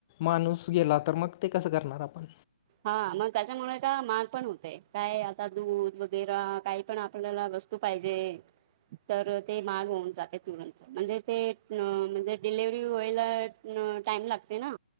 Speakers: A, on the left; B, on the right.
A: माणूस गेला. तर मग ते कसं करणार आपण?
B: हा मग त्याच्यामुळेच महागपण होतेय. काय आता दूध वगैरा काहीपण आपल्याला वस् तू पाहिजे तर ते माग होऊन जाते तुरंत. म्हणजे ते म्हणजे डिलेव्हरी व्हायला न टाईम लागतंय ना.